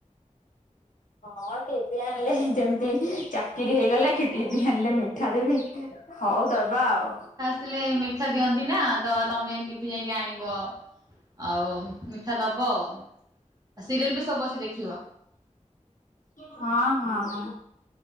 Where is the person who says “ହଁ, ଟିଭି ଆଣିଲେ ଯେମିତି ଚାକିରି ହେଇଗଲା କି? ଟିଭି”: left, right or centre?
Left